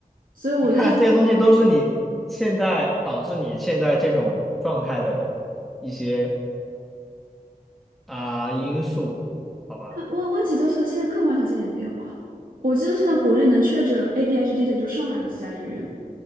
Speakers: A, on the right; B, in the centre.
A: 所以我就一。
B: 你看这些东西都是你现在导致你现在这种状态的一些啊、因素，好吧？
A: 问问题就是现在客观条件也没有啊。我记得现在国内能确诊 ADHD 的也就上海的几家医院。